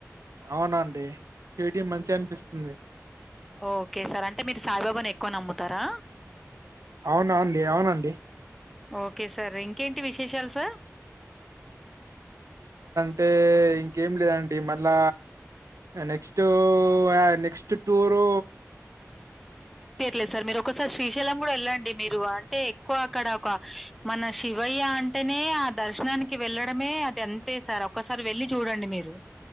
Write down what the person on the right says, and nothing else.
అవునా అండి షిరిడి మంచిగా అనిపిస్తుంది
అవునా అండి అవునండి
అంటే ఇంకేం లేదండి మళ్ళా నెక్స్ట్ నెక్స్ట్ టూరు